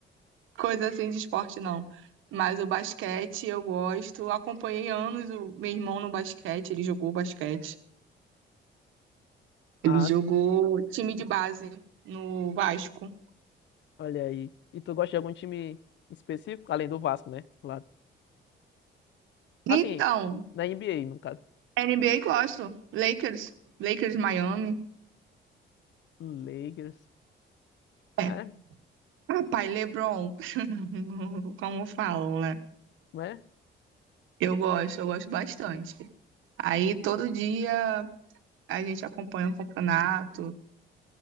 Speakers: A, on the right (about 80°); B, on the left (about 65°).
A: coisa assim de esporte, não. Mas o basquete eu gosto. Acompanhei anos o meu irmão no basquete, ele jogou basquete.
B: Ah,
A: Ele jogou
B: sim.
A: time de base no Vasco.
B: Olha aí. E tu gosta de algum time específico? Além do Vasco, né? Claro.
A: Então,
B: Assim, na NBA, no caso.
A: NBA gosto. Lakers, Lakers Miami.
B: Lakers. É,
A: É. Papai LeBron, <laughs> como falam, né?
B: não é?
A: Eu gosto, eu gosto bastante. Aí todo dia a gente acompanha o campeonato.